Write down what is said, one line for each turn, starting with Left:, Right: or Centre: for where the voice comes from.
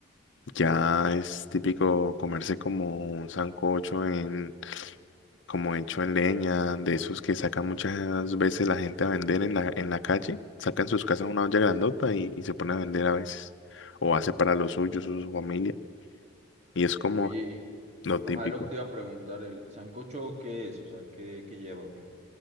Left: Ya es típico comerse como un sancocho en como hecho en leña, de esos que sacan muchas veces la gente a vender en la, en la calle, sacan sus casas una olla grandota y, y se pone a vender a veces, o hace para los suyos o su familia, y es como
Right: Oye,
Left: lo
Right: y-
Left: típico.
Right: ajá, lo que te iba a preguntar, ¿el sancocho qué es? O sea, ¿qué, qué lleva? o ¿Qué?